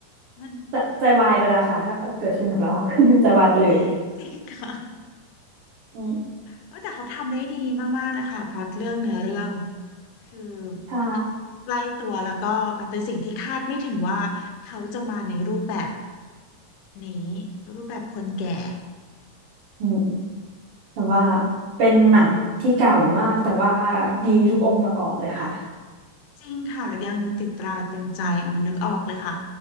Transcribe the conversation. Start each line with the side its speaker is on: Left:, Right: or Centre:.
Left: มัน
Right: จะใจวายไปแล้วค่ะถ้าเกิดขึ้นกับเรา <laughs> ใจวายไปเลย
Left: <laughs> จริงค่ะ
Right: อืม
Left: เออแต่เขาทำได้ดีมากๆเลยค่ะพล็อตเรื่องเนื้อเรื่อง คือ
Right: ใช่
Left: มันเป็นสิ่งที่ใกล้ตัวแล้วก็มันเป็นสิ่งที่คาดไม่ถึงว่าเขาจะมาในรูปแบบนี้รูปแบบคนแก่
Right: อืม แต่ว่าเป็นหนังที่เก่ามากแต่ว่าดีทุกองค์ประกอบเลยค่ะ
Left: จริงค่ะยังติดตราตรึงใจโอ้นึกออกเลยค่ะ